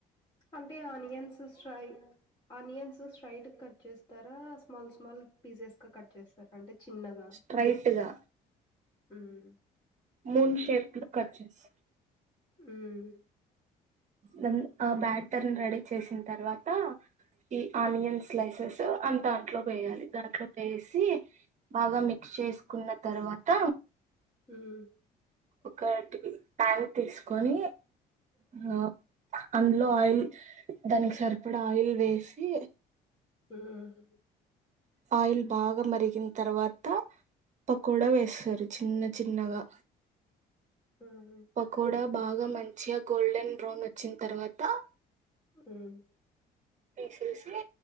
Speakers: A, on the left; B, on the right.
A: అంటే ఆనియన్స్ స్ట్రెయ్ ఆనియన్స్ స్ట్రైట్ కట్ చేస్తారా స్మాల్ స్మాల్ పీసెస్ కట్ చేస్తారా అంటే చిన్నగా
B: స్ట్రైట్గా
A: ఉమ్
B: మూన్ షెప్స్ లో కచెస్
A: ఉమ్
B: ద ఆ బ్యాటర్ రెడీ చేసిన తర్వాత ఈ ఆనియన్ స్లైసెస్ అ దాంట్లో వేయాలి దాంట్లో వేసి బాగా మిక్స్ చేసుకున్న తర్వాత
A: ఉమ్
B: ఒకటి ప్యాన్ తీసుకొని ఆ అందులో ఆయిల్ దానికి సరిపడా ఆయిల్ వేసి
A: ఉమ్
B: ఆయిల్ బాగా మరిగిన తర్వాత పకోడా వేస్తారు చిన్న చిన్నగా
A: ఉమ్
B: పకోడా బాగా మంచిగా గోల్డెన్ బ్రౌన్ వచ్చిన తర్వాత
A: ఉమ్
B: తీసేసి